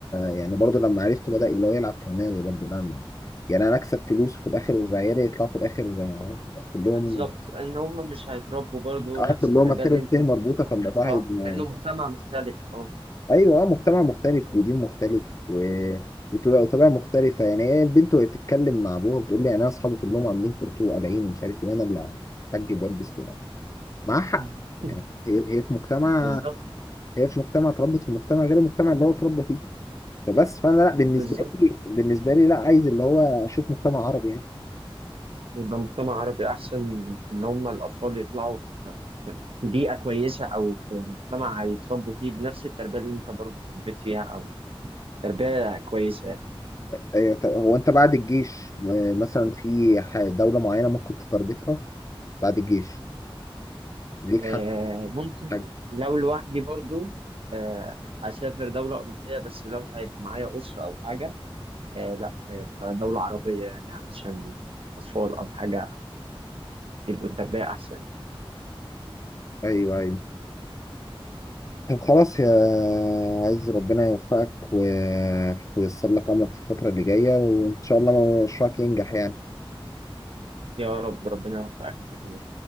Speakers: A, on the left; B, on the right.
A: يعني برضو لما عرفته بدأ اللي هو يلعب كمان برضو نعم يعني انا اكسب فلوس وفي الاخر عيالي يطلعوا في الاخر آه، كلهم
B: بالظبط ان هم مش هيتربوا برضو
A: اه
B: نفس
A: كلهم
B: التربيه
A: اخر
B: اللي
A: انتهي
B: انت ممكن
A: مربوطه
B: اتربيتها
A: فالموضوع هيبقى
B: لانه مجتمع مختلف اه
A: ايوه اه مجتمع مختلف ودين مختلف و... وطبيعة وطبيعة مختلفة يعني هي البنت وهي بتتكلم مع أبوها بتقول لي يعني أنا أصحابي كلهم عاملين كورتو وقلعين ومش عارف إيه أنا اللي هتحجب وألبس معاه
B: <laughs>
A: هي هي في مجتمع
B: بالظبط
A: هي في مجتمع اتربت في مجتمع غير المجتمع اللي هو اتربى فيه فبس فانا لا بالنسبه
B: بالظبط
A: لي بالنسبه لي لا عايز اللي هو اشوف مجتمع عربي يعني
B: يبقى مجتمع عربي احسن ان هم الاطفال يطلعوا في في في بيئه كويسه او في مجتمع هيتربوا فيه بنفس التربيه اللي انت برضو تربيت فيها او تربيه كويسه
A: أيوة، طب هو انت بعد الجيش آه، مثلا في ح- دوله معينه ممكن تتربطها بعد الجيش ليك
B: آه،
A: حد
B: ممكن
A: حاجه
B: لو لوحدي برضو آه، أسافر دولة أوروبية بس لو هيبقى معايا أسرة أو حاجة آه، لأ هيبقى دولة عربية يعني علشان أطفال أو حاجة يبقوا التربية أحسن
A: ايوه ايوه طب خلاص يا عايز ربنا يوفقك و... وييسر لك امرك في الفتره اللي جايه وان شاء الله مشروعك ينجح يعني
B: يا رب ربنا يوفقك أنت كمان